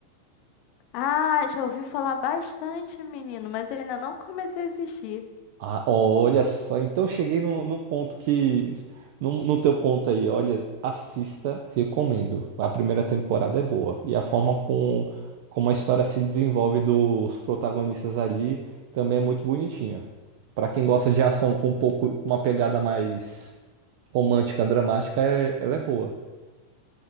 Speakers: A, on the left; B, on the right.
A: Ah, já ouvi falar bastante, menino, mas eu ainda não comecei a assistir.
B: Ah, olha só, então cheguei no, no ponto que. <laughs> No, no teu ponto aí, olha, assista, recomendo. A primeira temporada é boa. E a forma com, como a história se desenvolve dos protagonistas ali também é muito bonitinha. Pra quem gosta de ação com um pouco, uma pegada mais romântica, dramática, é- ela é boa.